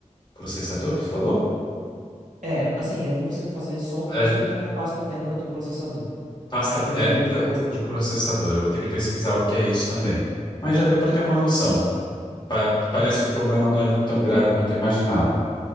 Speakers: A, on the left; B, on the right.
A: processador que tu falou?
B: É, assim, é bom você fazer só o
A: a
B: cooler
A: ge-
B: e trocar a pasta térmica do processador.
A: pasta
B: Aí vai,
A: térmica
B: deve resolver bastante
A: o- do processador.
B: coisa.
A: Eu vou ter que pesquisar o que é isso também. Mas já deu para ter uma noção. Pa- parece
B: É,
A: que o problema não era tão grave quanto eu imaginava.